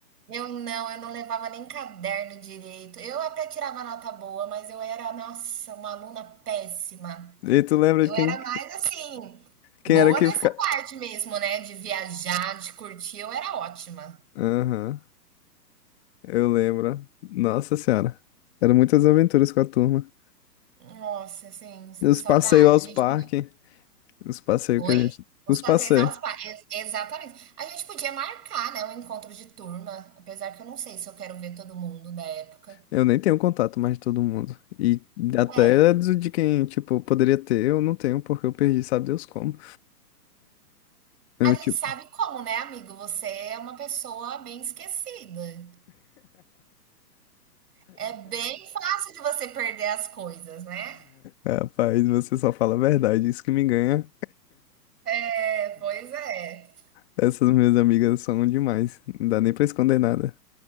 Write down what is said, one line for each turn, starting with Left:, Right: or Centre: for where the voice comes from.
Right: Eu não, eu não levava nem caderno direito. Eu até tirava nota boa, mas eu era, nossa, uma aluna péssima.
Left: E tu lembra
Right: Eu
Left: de quem,
Right: era mais assim, boa
Left: quem era que
Right: nessa
Left: ficava?
Right: parte mesmo, né? De viajar, de curtir, eu era ótima.
Left: Aham, eu lembro. Nossa Senhora. Eram muitas aventuras com a turma.
Right: Nossa, assim, sinto
Left: Os
Right: saudade.
Left: passeios aos
Right: A gente
Left: parques,
Right: podia.
Left: os passeios
Right: Oi?
Left: que a gente. Os
Right: Os passeios
Left: passeios.
Right: aos pais. Exatamente. A gente podia marcar, né? Um encontro de turma, apesar que eu não sei se eu quero ver todo mundo da época.
Left: Eu nem tenho contato mais de todo mundo. E até
Right: É.
Left: do- de quem, tipo, poderia ter, eu não tenho, porque eu perdi, sabe Deus como. Eu,
Right: A gente
Left: tipo,
Right: sabe como, né, amigo? Você é uma pessoa bem esquecida. É bem fácil de você perder as coisas, né?
Left: rapaz, você só fala a verdade, isso que me ganha.
Right: É, pois é.
Left: Essas minhas amigas são demais. Não dá nem pra esconder nada.